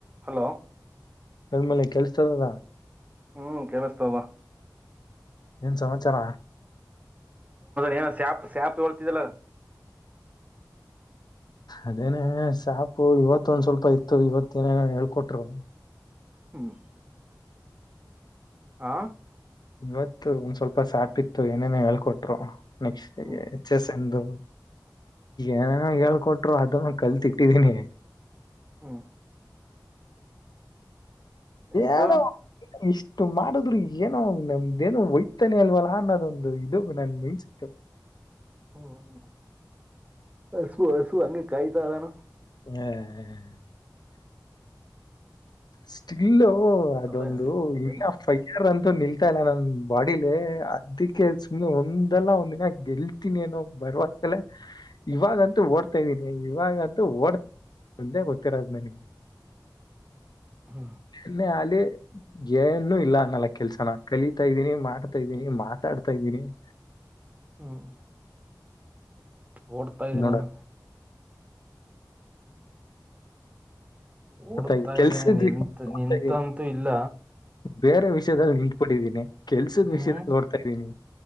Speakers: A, on the right; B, on the left.
A: Hello
B: ಎಲ್ಮೇಲೆ ಕೆಲ್ಸತದದ
A: ಹ್ಮ್ ಕೆೇಳಸ್ತಾವ
B: ಏನ್ ಸಮಾಚಾರ
A: ಏ ಶ್ಯಾಪ್ ಶ್ಯಾಪ್ ಹೊಳ್ತಿದ್ದಲ್ಲ
B: ಅದೇನೆ ಸಾಪು ಇವತ್ತು ಒಂದ್ ಸ್ವಲ್ಪ ಇತ್ತು ಇವತ್ತೇಏನೇ ಹೇಳ್ಕೊಟ್ರು
A: ಹ್ಮ ಆ
B: ಇವತ್ತು ಒಂದ್ ಸ್ವಲ್ಪ ಶ್ಯಾಪ ಇತ್ತು ಏನೇನ ಹೇಳ್ಕೊಟ್ರು ನಕ್ಸ್ಟ
A: ಹ್ಮ್
B: ಎಚ್ ಎಸ್ ಎಂದು ಏನನ ಹೇಳ್ಕೊಟ್ರು ಅದನ್ನ ಕಲ್ತಿಟ್ಟಿದೀನಿ
A: ಹ್ಮ ಇದು
B: ಏನು ಇಷ್ಟ ಮಾಡುದ್ರು ಏನೋ ನಮ್ದೇನೋ ಒಯ್ತಾನೆ ಅಲ್ವಲ್ಲ ಅನ್ನೋದೊಂದು ಇದು ನನ್ ಮೆನ್ಸಟ್ಟ
A: ಹ್ಮ ಹಸವು ಹಸವು ಅಂಗೆ ಕಾಯತ ಅಲ್ಲಾನ
B: ಹ್ಮ್ ಹ ಸ್ಟಿಲ್ಲ ಅದೊಂದು
A: ಅದೇ
B: ಇಲ್ಲ
A: ಏನು
B: ಫೈಯರ್ ಅಂತ ನಿಲ್ತಾ ಇಲ್ಲ ನನ್ನ ಬಾಡಿಲಿ ಅದಕ್ಕೆ ಸುಮ್ನೆ ಒಂದಲ್ಲ ಒಂದ್ ದಿನ ಗೆಲ್ತೀನಿ ಏನೋ ಬರವಸಲೆ ಇವಾಗಂತೂ ಓಡ್ತಾ ಇದ್ದೀನಿ ಇವಾಗಂತೂ ಓಡ್ತ ಮುಂದೆ ಗೊತ್ತಿರ ನನಗೆ
A: ಹ್ಮ್
B: ಏನೆ ಆಲ್ಲಿ ಏನು ಇಲ್ಲ ನಲ ಕೆಲ್ಸನ ಕಲಿತಾ ಇದ್ದೀನಿ ಮಾಡ್ತಾ ಇದ್ದೀನಿ ಮಾತಾಡ್ತಾ ಇದ್ದೀನಿ <inaudible>
A: ಹ್ಮ್ ಓಡ್ತಾ ಇದಿ
B: ನೋಡ
A: ನಾನು ಓಡ್ತಾ
B: ಇದ್ದೀನಿ ಕೆಲ್ಸದ
A: ಇದ್ದೇನೆ ನಿಂತ್
B: ವಿಷಯದಲ್ಲಿ ಓಡ್ತಾ
A: ನಿಂತಂತೂ
B: ಇದ್ದೀನಿ
A: ಇಲ್ಲ
B: ಬೇರೆ ವಿಷಯದಲ್ಲಿ ನಿಂತಬಿಟ್ಟಿದ್ದೀನಿ ಕೆಲ್ಸದ
A: ಹ್ಮ್
B: ವಿಷಯದಲ್ಲಿ ಹೋಡ್ತಾ ಇದ್ದೀನಿ